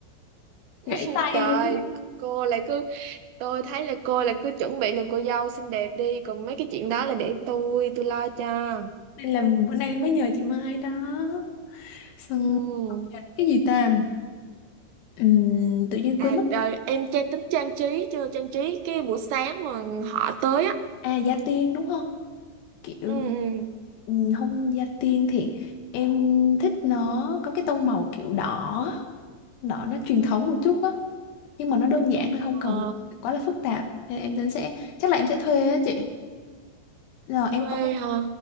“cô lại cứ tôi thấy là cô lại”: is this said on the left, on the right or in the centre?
Right